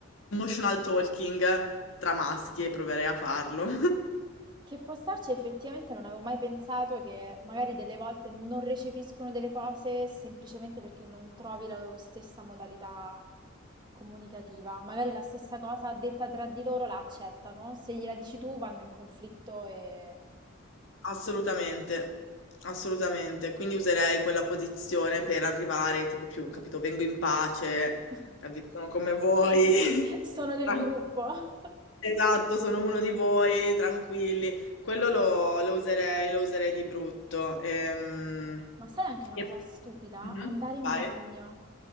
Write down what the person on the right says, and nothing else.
Che può starci effettivamente non avevo mai pensato che magari delle volte non recepiscono delle cose semplicemente perché non trovi la loro stessa modalità comunicativa. Magari la stessa cosa detta tra di loro la accettano, se gliela dici tu vanno in conflitto e...
Sì.
<laughs>
Sono del
gruppo. <laughs>
Ma sai anche una
cosa stupida?
Andare in
bagno